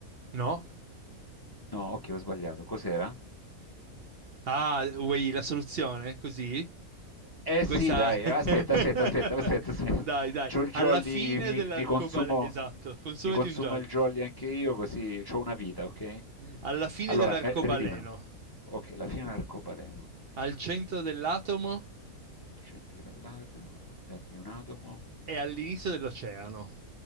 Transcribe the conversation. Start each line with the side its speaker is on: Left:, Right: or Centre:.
Right: No?
Left: No, ok, ho sbagliato. Cos'era?
Right: Ah, vuoi la soluzione? Così?
Left: Eh eh
Right: Questa...
Left: sì, dai,
Right: <laughs>
Left: aspetta, aspetta, aspetta, aspetta, aspetta.
Right: Dai,
Left: <laughs>
Right: dai,
Left: C'ho il
Right: alla
Left: jolly,
Right: fine
Left: mi,
Right: dell'arcobaleno,
Left: mi consumo,
Right: esatto, consumati
Left: mi consumo
Right: un giallo.
Left: il jolly anche io, così c'ho una vita, ok?
Right: Alla fine
Left: Allora,
Right: dell'arcobaleno,
Left: me- ridimelo. Ok, la fine dell'arcobaleno.
Right: al centro dell'atomo
Left: al centro dell'atomo, del- di un atomo
Right: e all'inizio dell'oceano.